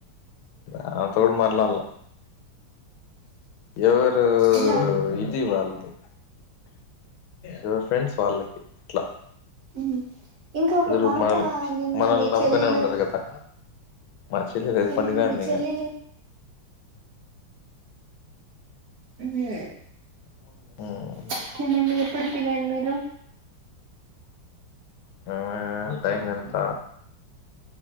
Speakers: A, on the left; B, on the right.
A: దానితో కూడా మాట్లాడాలా ఎవరు
B: ఇలా
A: ఇది వాళ్ళది ఎవరి ఫ్రెండ్స్ వాళ్ళకి అట్లా
B: ఉమ్ ఇంకా ఒక
A: అందరు
B: పాప
A: మన
B: ఉన్నింది
A: మనల్ని
B: మీ
A: నమ్ముకునే
B: చెల్లెలు
A: ఉండరు కదా మా చెల్లిలు అది
B: చెల్లెలు
A: పండుకోయింది
B: మీ చెల్లెలు
A: ఇంకా
B: ఉమ్
A: ఉమ్
B: <unintelligible> ఇంకా ఎప్పుడు తినేది మీరు
A: మేమా టైమ్ ఎంత